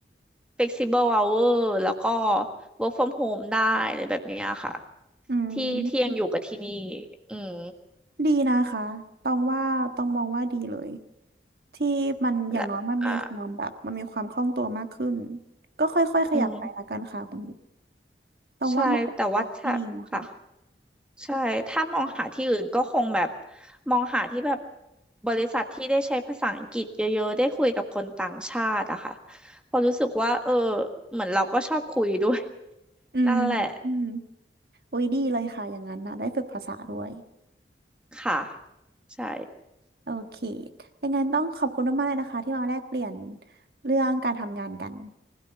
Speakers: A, in the centre; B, on the right.
A: flexible hour แล้วก็ work from home ได้อะไรแบบเนี้ยค่ะ
B: ๆอืม
A: ที่ที่ยังอยู่กับที่นี่ อืม
B: ดีนะคะต้องว่าต้องมองว่าดีเลยที่มันอย่างน้อยมันมีความแบบมันมีความคล่องตัวมากขึ้น
A: และอ่า
B: ก็ค่อยๆขยับไปละกันค่ะคุณ
A: อืม
B: ต้องว่ามันเป็นจับที่ดีนะคะ
A: ใช่ แต่ว่าถ้าค่ะ ใช่ถ้ามองหาที่อื่นก็คงแบบมองหาที่แบบบริษัทที่ได้ใช้ภาษาอังกฤษเยอะๆได้คุยกับคนต่างชาติอะค่ะเพอราะรู้สึกว่าเออเหมือนเราก็ชอบคุยด้วย
B: อืมอืม
A: นั่นแหละ
B: อุ้ยดีเลยค่ะอย่างนั้นนะได้ฝึกภาษาด้วย
A: ค่ะใช่
B: โอเคอย่างนั้นต้องขอบคุณมากๆเลยนะคะที่มาแลกเปลี่ยนเรื่องการทำงานกัน